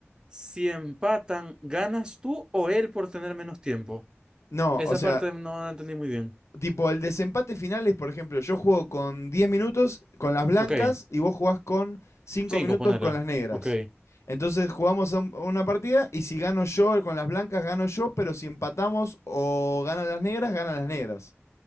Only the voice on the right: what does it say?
si empatan, ¿ganas tú o él por tener menos tiempo?
Esa
parte no la entendí muy bien.
Ok,
cinco,
ponele.
Ok.